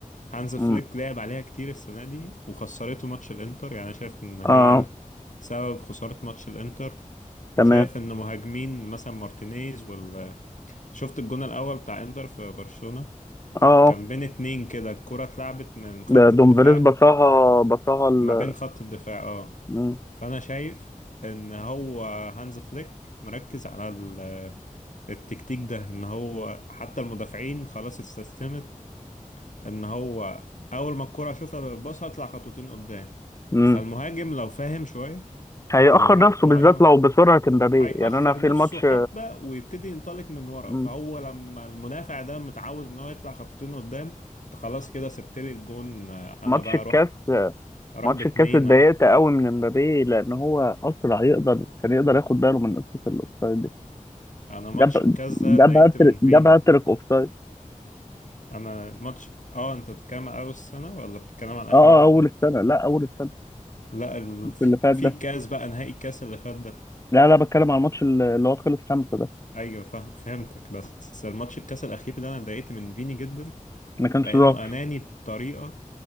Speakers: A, on the left (about 65°); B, on the left (about 20°).
A: هانز فليك
B: امم
A: لعب عليها كتير السنة دي وخسرته ماتش الانتر يعني انا شايف ان هي
B: اه
A: سبب خسارة ماتش الانتر
B: تمام
A: وشايف ان مهاجمين مثلا مارتينيز ولا شفت الجون الاول بتاع انتر في برشلونة
B: اه اه.
A: كان بين اتنين كده الكرة اتلعبت من خط
B: ده دومفريز
A: الدفاع
B: بصاها بصاها ال
A: ما بين خط الدفاع اه
B: مم.
A: فانا شايف ان هو هانز فليك مركز على ال- التكتيك ده ان هو حتى المدافعين خلاص استسلمت ان هو اول ما الكرة اشوفها بالباص هطلع خطوتين قدام
B: مم.
A: فالمهاجم لو فاهم شوية
B: هيأخر
A: ومهاجم
B: نفسه بالذات لو بسرعة امبابي
A: هيأخر
B: يعني انا في
A: نفسه
B: الماتش
A: حبة ويبتدي ينطلق من ورا
B: مم.
A: فهو لما المدافع ده متعود ان هو يطلع خطوتين قدام أنت خلاص كده سبت لي الجون انا
B: ماتش
A: بقى
B: الكاس
A: اروح اروح
B: ماتش
A: باتنين
B: الكاس اتضايقت
A: اروح
B: قوي من امبابي لان هو اسرع يقدر كان يقدر ياخد باله من قصة الاوفسايد دي
A: انا ماتش
B: جاب
A: الكاس ده
B: جاب
A: اتضايقت
B: هاتريك
A: من فيني
B: جاب هاتريك اوفسايد
A: انا ماتش اه انت بتتكلم على اول السنه ولا بتتكلم على اخر
B: اه اه
A: واحد
B: اول
A: ده
B: السنة لا اول السنة
A: لا ال...
B: مش
A: في
B: اللي فات
A: في
B: ده
A: الكاس بقى نهائي الكاس اللي فات ده
B: لا لا بتكلم على الماتش اللي اللي هو خلص خمسة ده
A: ايوه فهم... فهمتك بس الماتش الكاس الاخير ده انا اتضايقت من فيني جدا
B: ما كانش
A: لانه
B: ظاهر
A: اناني بطريقه